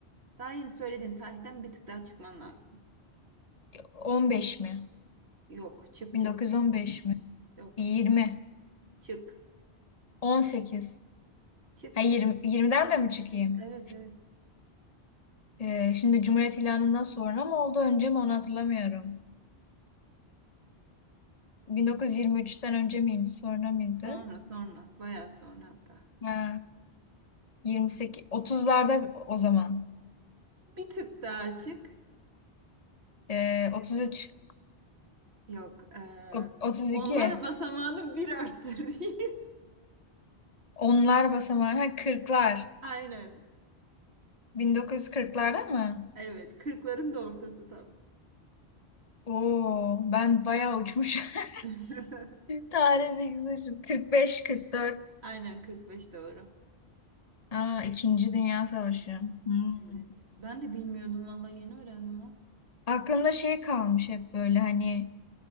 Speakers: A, on the right; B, on the left.
A: Daha yeni söylediğin tarihten bir tık daha çıkman lazım.
B: 15 mi?
A: Yok çık
B: 1915
A: çık.
B: mi?
A: Yok
B: 20.
A: çık. Çık.
B: 18.
A: Çık
B: Ha
A: çık.
B: 20 yirmiden de mi çıkayım?
A: Evet evet.
B: Ee, şimdi Cumhuriyet ilanından sonra mı oldu önce mi onu hatırlamıyorum. 1923'ten önce miydi sonra mıydı?
A: Sonra sonra. Bayağı sonra hatta.
B: Ha, 28, 30'larda o zaman.
A: Bir tık daha açık.
B: Ee, 33,
A: Yok. eee,
B: o- 32,
A: onlar basamağını bir arttır diyeyim.
B: onlar basamağı, ha 40'lar.
A: <laughs> Aynen.
B: 1940'larda mı?
A: Evet. Kırkların da ortası tam.
B: Oo, ben bayağı uçmuş. <laughs>
A: <laughs>
B: Tarih bilgisi şu. 45, 44.
A: Aynen 45 doğru.
B: Aa, İkinci Dünya Savaşı. Hmm.
A: Evet. Ben de bilmiyordum vallahi yeni öğrendim ha.
B: Aklımda şey kalmış hep böyle hani